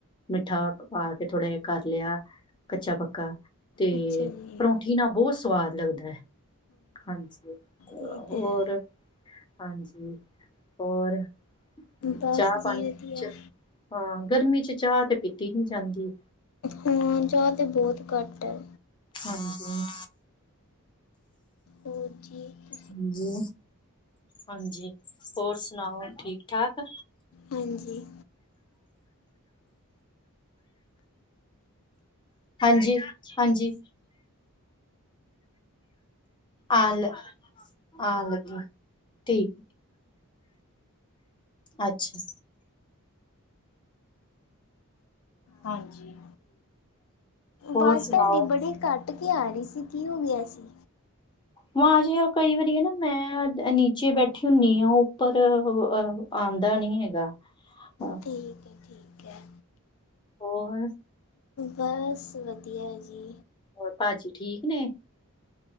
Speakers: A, on the left; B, on the left.
A: ਮਿੱਠਾ ਪਾਕੇ ਥੋੜਾ ਜਾ ਕਰ ਲਿਆ, ਕੱਚਾ-ਪੱਕਾ। ਤੇ,
B: ਅੱਛਾ ਜੀ
A: ਪਰੋਂਠੀ ਨਾ ਬੌਤ ਸਵਾਦ ਲੱਗਦੈ। ਹਾਂਜੀ, ਹੋਰ?
B: ਇਹ ਤਾਂ ਹੈ
A: ਹਾਂਜੀ, ਹੋਰ,
B: ਬਸ
A: ਚਾਹ-ਪਾਣੀ
B: ਜੀ ਵਧੀਆ
A: ਚ ਹਾਂ, ਗਰਮੀ'ਚ ਚਾ ਤੇ ਪੀਤੀ ਨੀ ਜਾਂਦੀ।
B: ਹਾਂ, ਚਾ ਤੇ ਬੌਤ ਘੱਟ ਐ।
A: ਹਾਂਜੀ।
B: ਹੋਰ ਠੀਕ
A: ਹਂਜੀ, ਹਾਂਜੀ, ਹੋਰ ਸੁਣਾਓ ਠੀਕ-ਠਾਕ?
B: ਹਾਂਜੀ।
A: ਹਾਂਜੀ, ਹਾਂਜੀ। ਆਨ ਲ, ਆਣ ਲੱਗੀ, ਠੀਕ। ਅੱਛਾ।
B: ਹਾਂਜੀ,
A: ਹੋਰ
B: ਵਾਜ਼
A: ਸੁਣਾਓ
B: ਤਾਡੀ ਬੜੀ ਘੱਟ ਕੱਟ ਕੇ ਆ ਰੀ ਸੀ, ਕੀ ਹੋ ਗਿਆ ਸੀ?
A: ਮਹਾ ਚਲੋ ਕਈ ਵਾਰੀ ਐ ਨਾ ਮੈਂ ਨੀਚੇ ਬੈਠੀ ਹੁਨੀ ਆਂ, ਉੱਪਰ ਅ ਆਉਦਾ ਨੀ ਹੈਗਾ। ਹਾਂ,
B: ਠੀਕ ਏ, ਠੀਕ ਐ।
A: ਹੋਰ?
B: ਬਸ, ਵਧੀਆ ਜੀ।
A: ਹੋਰ, ਭਾਜੀ ਠੀਕ ਨੇ?